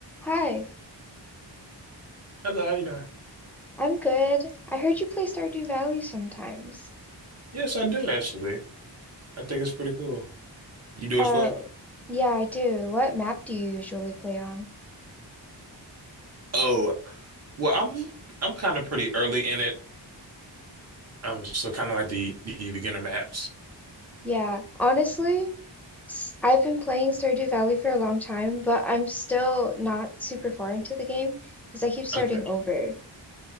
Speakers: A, in the centre; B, on the right.
A: Hi,
B: Hello, you know.
A: I'm good. I heard you play Stardew Valley sometimes.
B: Yes, I do actually. I think it's pretty cool. You do
A: Oh,
B: as well?
A: yeah, I do. What map do you usually play on?
B: Oh, well, I'm I'm kind of pretty early in it. Um, so kind of like the the beginner maps.
A: Yeah, honestly, s- I've been playing Stardew Valley for a long time, but I'm still not super far into the game because I keep starting
B: Okay.
A: over.